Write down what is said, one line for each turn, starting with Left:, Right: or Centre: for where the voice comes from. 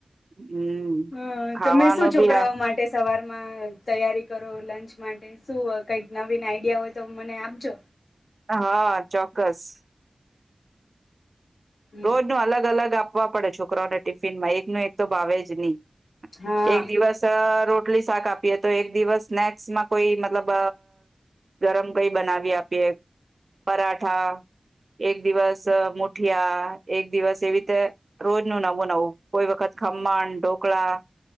Right: હમ
Left: હ
Right: ખાવાનો
Left: તમે શું
Right: ભી
Left: છોકરાઓ
Right: આ
Left: માટે સવારમાં તૈયારી કરો લંચ માટે શું કઈક નવીન આઈડિયા હોય તો મને આપજો
Right: હા ચોક્કસ
Left: હમ
Right: રોજ નું અલગ અલગ આપ વા પડે છોકરોને ટિફિન માં એક ન એક તો ભાવે જ નહી
Left: હા
Right: એક દિવસ રો રટલી શાક આપીએ તો એક દિવસ સ્નેક્સ માં કોઈ મતલબ ગરમ કઈ બનાવી આપીએ પરાઠા એક દિવસ મુઠિયા એક દિવસ એવીીતે રોજ ન નવું નવું કોઈ વખત ખમણ ઢોકળા